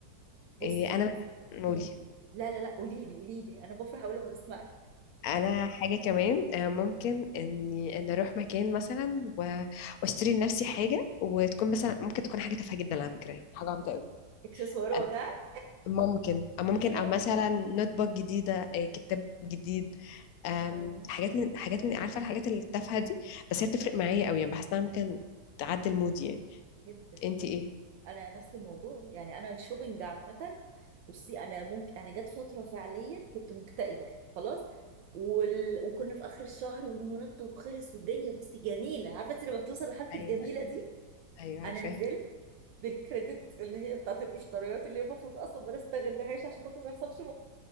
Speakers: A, on the right; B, on the left.
A: بصي
B: إيه انا قولي
A: مم. لا لا لا قولي لي قولي لي انا بفرح اول ما بسمع
B: انا حاجه كمان آه، ممكن اني ان اروح مكان مثلا و- واشتري لنفسي حاجه وتكون مثلا ممكن تكون حاجه تافهه جدا على فكره يعني حاجه عبيطه قوي
A: اكسسوارات
B: آه،
A: ها
B: ممكن او ممكن
A: <laughs> ايوه
B: او مثلا نوت بوك جديده آه، كتاب جديد آم،
A: اه
B: حاجات من حاجات من عارفه الحاجات التافهه دي بس هي بتفرق معايا قوي يعني بحس انها ممكن تعدل مودي يعني
A: جدا
B: انت ايه
A: انا نفس الموضوع يعني انا الشوبينج عامه بصي انا ممكن انا جت فتره فعليا كنت مكتئبه خلاص وال... وكنا في اخر الشهر والمرتب خلص والدنيا بصي جميله عارفه انت لما بتوصل لحاله
B: ايوه
A: الجميله دي
B: ايوه عارفاها
A: انا نزلت بالكريدت اللي هي بتاعت المشتريات اللي هي المفروض اصلا ما نستغلهاش عشان خاطر ما يحصلش